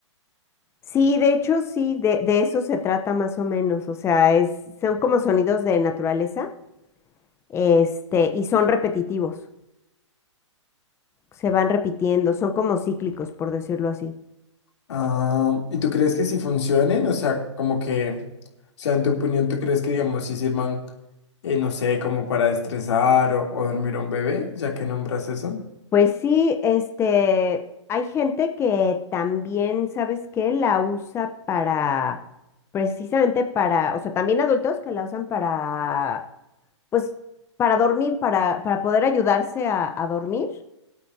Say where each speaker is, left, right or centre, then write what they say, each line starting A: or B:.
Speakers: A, on the left (about 15°); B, on the left (about 65°).
A: Sí, de hecho, sí, de, de eso se trata más o menos. O sea, es, son como sonidos de naturaleza, este, y son repetitivos, se van repitiendo, son como cíclicos, por decirlo así.
B: Ah, ¿y tú crees que sí funcionen? O sea, como que, o sea, en tu opinión, ¿tú crees que digamos si sirvan, eh, no sé, como para estresar o, o dormir a un bebé, ya que nombras eso?
A: Pues sí, este, hay gente que también, ¿sabes qué? La usa para, precisamente para, o sea, también adultos que la usan para, pues, para dormir, para, para poder ayudarse a, a dormir.